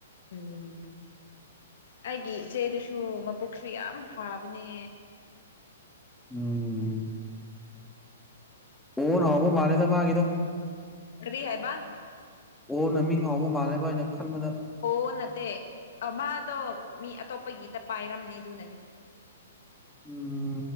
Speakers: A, on the left; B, in the centre.
A: ꯎꯝ ꯑꯩꯒꯤ ꯏꯆꯦꯗꯨꯁꯨ ꯃꯄꯨꯛꯁꯨ ꯌꯥꯝ ꯐꯥꯕꯅꯦ꯫
B: ꯎꯝ ꯑꯣꯅ ꯍꯧꯕ ꯃꯥꯜꯂꯦꯗ ꯃꯥꯒꯤꯗꯣ
A: ꯀꯔꯤ ꯍꯥꯏꯕ
B: ꯑꯣ ꯅ ꯃꯤꯡ ꯍꯥꯎꯕ ꯃꯥꯜꯂꯦꯕ ꯑꯩꯅ ꯈꯟꯕꯗ
A: ꯑꯣ ꯅꯠꯇꯦ ꯃꯥꯗꯣ ꯃꯤ ꯑꯇꯣꯞꯄꯒꯤꯗ ꯄꯥꯏꯔꯝꯅꯤ ꯑꯗꯨꯅꯅꯦ ꯐ <inaudible>
B: ꯎꯝ